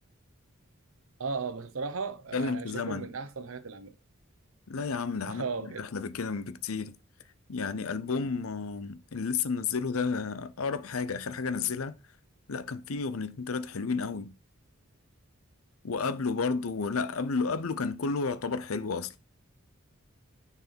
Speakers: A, on the right; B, on the left.
A: اه اه بس بصراحه
B: اتكلم
A: آه
B: في
A: شايفهم
B: زمن
A: من احسن الحاجات اللي عملها
B: لا يا عم ده عمل
A: <laughs> اه
B: حاجات
A: بجد
B: أحلى بكده من بكتير يعني ألبوم آه، اللي لسه منزله ده آه، أقرب حاجة آخر حاجة نزلها لا كان فيه أغنيتين تلاتة حلوين قوي وقبله برضه لا قبله قبله كان كله يعتبر حلو أصلا